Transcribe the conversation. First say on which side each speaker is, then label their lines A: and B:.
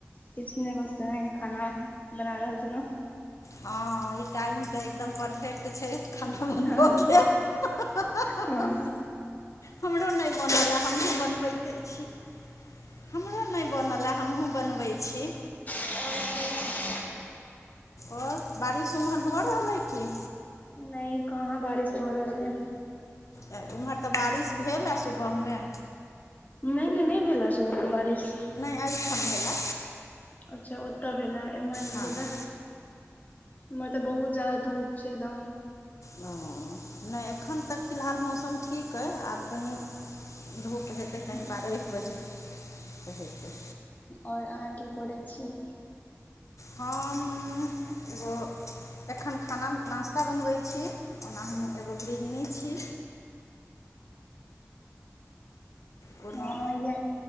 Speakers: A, on the left; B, on the left.
A: किछ नै बस एनाही खाना बना रहल छेलौं।
B: हँ ई टाइम तऽ एकदम परफेक्ट। छै खाना बनबऽ
A: हँ
B: के हँ, हँ, हँ,
A: आँ
B: हँ।
A: आओर
B: हमरो नै बनलए हमहूँ बनबैते छी। हमरो नै बनलए हमहूँ बनबै छी।
A: कहियौ
B: और बारिश ओम्हर भऽ रहल अइ की?
A: नैय काहाँ बारिश भऽ रहल या।
B: इम्हर तऽ बारिश भेला सुबहमे।
A: नहि नहि नहि भेलए सुबहमे बारिश।
B: नहि अइ ठम भेला।
A: अच्छा ओतऽ भेला एम्हर नहि
B: हँ
A: भेला। इम्हर तऽ बहुत जादा धूप छै एदम।
B: ओ एखन तक फिलहाल मौसम ठीक अइ आब कहीँ धूप हेतै कहीँ
A: हूँ
B: बारह एक बजे तऽ हेतै।
A: और अहाँ की करै छी?
B: हम एगो एखन खाना नास्ता बनबै छी। ओना हम एगो गृहिणी छी। कोनो
A: हँ इहा